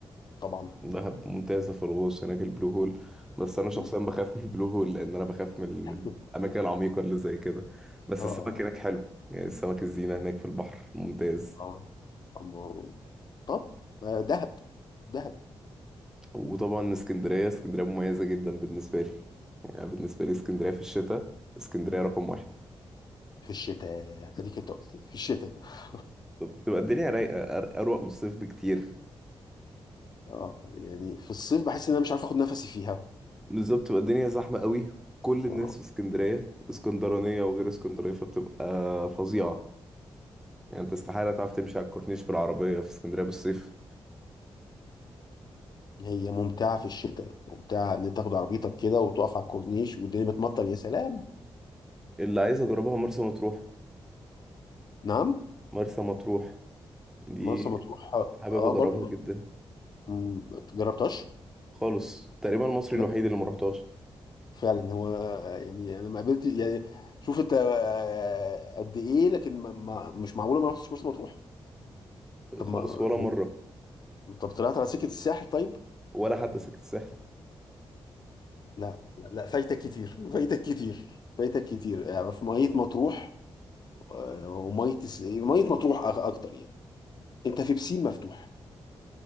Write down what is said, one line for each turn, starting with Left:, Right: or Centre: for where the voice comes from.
Left: طبعا
Centre: دهب ممتازة في الغوص هناك البلو هول بس أنا شخصيا
Left: م.
Centre: بخاف من البلو هول لأن أنا بخاف من
Left: <laughs>
Centre: من الأماكن العميقة اللي زي كده بس
Left: اه
Centre: السمك هناك حلو يعني السمك الزينة هناك في البحر ممتاز
Left: اه أما- طب آه، دهب دهب
Centre: وطبعا اسكندرية اسكندرية مميزة جدا بالنسبة لي يعني بالنسبة لي اسكندرية في الشتاء اسكندرية رقم واحد
Left: في الشتاء اديك انت قلت في الشتاء <laughs>
Centre: بتبقى الدنيا رايقة أر- أروق من الصيف بكتير
Left: اه يعني في الصيف بحس ان انا مش عارف اخد نفسي فيها
Centre: بالظبط بتبقى الدنيا زحمة قوي كل الناس
Left: اه
Centre: في اسكندرية اسكندرانية وغير اسكندرية فبتبقى فظيعة يعني انت استحالة تعرف تمشي على الكورنيش بالعربية في اسكندرية بالصيف
Left: هي ممتعة في الشتاء ممتعة إن أنت تاخد عربيتك كده وتقف على الكورنيش والدنيا بتمطر يا سلام
Centre: اللي عايز اجربها مرسى مطروح
Left: نعم
Centre: مرسى مطروح دي
Left: مرسى مطروح
Centre: حابب
Left: أه
Centre: اجربها
Left: برضو
Centre: جدا
Left: مم، جربتهاش
Centre: خالص تقريبا المصري
Left: لا
Centre: الوحيد اللي ما رحتهاش
Left: فعلا هو آه، يعني أنا ما قابلت يعني شوف أنت آه، قد إيه لكن ما ما مش معقولة ما رحتش مرسى مطروح طب
Centre: خالص
Left: ما
Centre: ولا مره
Left: طب طلعت على سكة الساحل طيب
Centre: ولا حتى سكت الساحل
Left: لا لا لا، فايتك كتير <laughs> فايتك كتير فايتك كتير يعني في مية مطروح آه، ومية الس- مية مطروح أك- أكتر يعني أنت في بسين مفتوح